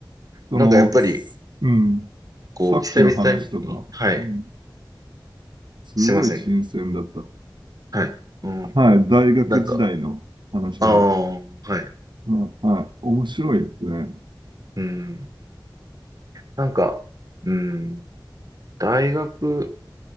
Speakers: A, on the right; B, on the right.
A: その、
B: なんかやっぱり、
A: すうん、
B: こう、
A: さっきの話とか、
B: 久々に、はい。
A: うん、すごい新鮮だった。
B: すいません。はい。うん。
A: はい、大学時代の話。
B: なんか、ああ、はい。
A: うんはい、面白いですね。
B: うん。なんか、うん、大学、